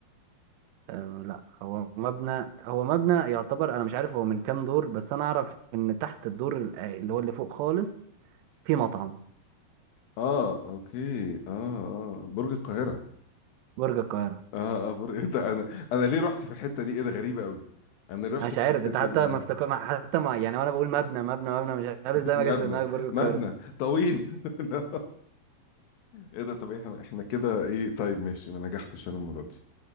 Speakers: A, on the right; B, on the left.
A: أه لا هو مبنى هو مبنى يعتبر انا مش عارف هو من كام دور بس انا اعرف ان تحت الدور ال- آه، اللي هو اللي فوق خالص في مطعم
B: اه اوكي اه اه برج القاهره
A: برج القاهرة
B: اه اه برج <laughs> ايه ده انا انا ليه رحت في الحته دي ايه ده غريبه قوي انا ليه رحت
A: انا مش
B: في
A: عارف
B: حته
A: انت حتى
B: ال...
A: ما افتكر ما- حتى ما يعني وانا بقول مبنى مبنى مبنى مش عارف
B: <laughs>
A: ازاي
B: مبنى
A: ما جاش في دماغك برج القاهرة
B: مبنى طويل <laughs> لا. ايه ده طب احنا احنا كده ايه طيب ماشي ما نجحتش انا المره دي